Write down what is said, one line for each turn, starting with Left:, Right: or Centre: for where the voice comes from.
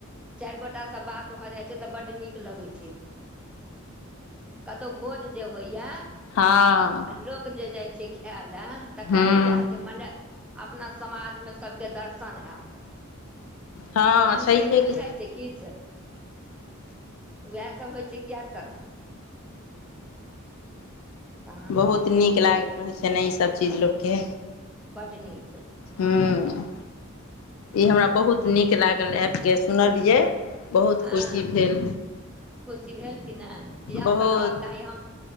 Centre: चैर गोटास सब बात भ जाइ छै तऽ बड्ड नीक लगै छै कतो भोज जे होइया
Left: हँऽ
Centre: लोक जे जाइ छै खैय ले तऽ
Left: हूँ
Centre: कथी लए जैय मने अपना समाजमे सबके दर्शन हैत
Left: हँ
Centre: एहन
Left: छैहे
Centre: पैघ बुझाइ
Left: कि
Centre: छै किछ उहासभ होइ छै की आर कथी तहन
Left: बहुत नीक लागैत रहै छै नैय इसभ चीज लोककेँ
Centre: बड्ड नीक
Left: हुम्म ई हमरा बहुत नीक लागल ऐप के सुनलियै बहुत
Centre: हँ
Left: खुशी भेल
Centre: खुशी भेल कि ना इ हासभ
Left: बहुत
Centre: रहक चाही हम